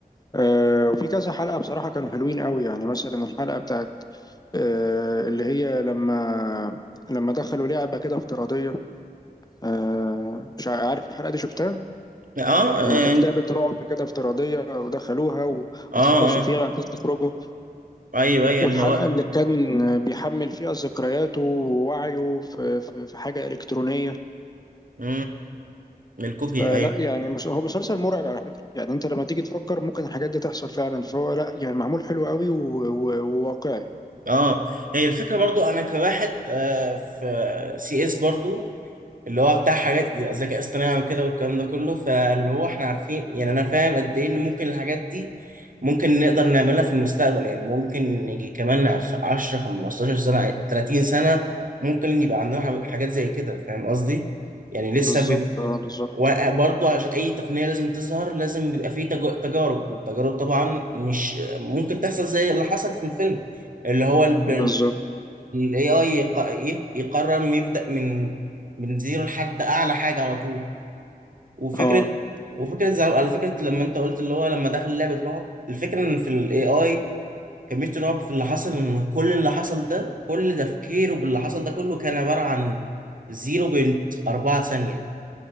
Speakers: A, on the left; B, on the right.
A: آه وفي كذا حلقة بصراحة كانوا حلوين قوي يعني مثلا الحلقة بتاعت آه اللي هي لما لما دخلوا لعبة كده افتراضية آه مش عارف الحلقة دي شفتها
B: اه
A: لما
B: اه
A: كانت لعبة رعب كده افتراضية ودخلوها و-
B: اه
A: واتحبسوا
B: آه،
A: فيها وبعد كده تخرجوا
B: ايوه
A: والحلقة
B: ايوه اللي هو
A: اللي كان بيحمل فيها ذكرياته ووعيه في, في, في حاجة إلكترونية
B: م- م. الكوكي
A: فلا
B: ايوه
A: يعني مس- هو مسلسل مرعب على فكرة يعني أنت لما تيجي تفكر ممكن الحاجات دي تحصل فعلا فهو لا يعني معمول حلو قوي و- و- وواقعي
B: اه هي الفكره برضو انا كواحد آه، في سي اس برضو اللي هو بتاع حاجات ذكاء اصطناعي وكده والكلام ده كله فاللي هو احنا عارفين يعني انا فاهم قد ايه ان ممكن الحاجات دي ممكن نقدر نعملها في المستقبل يعني ممكن نيجي كمان خ- 10 15 سنه 30 سنه ممكن يبقى عندنا ح- حاجات زي كده فاهم قصدي يعني لسه
A: بالظبط اه بالظبط
B: وبرضه عشان اي تقنيه لازم تظهر لازم بيبقى فيه تج- تجارب والتجارب طبعا مش ممكن تحصل زي اللي حصل في الفيلم اللي هو ال
A: بالظبط
B: AI يقرر إنه يبدأ من من زيرو لحد اعلى حاجه على طول وفكره
A: اه
B: وفكره زي على فكره لما انت قلت اللي هو لما دخل لعبه رعب الفكره ان في ال AI كميه رعب في اللي حصل ان كل اللي حصل ده كل تفكيره باللي حصل ده كله كان عباره عن 0.4 ثانيه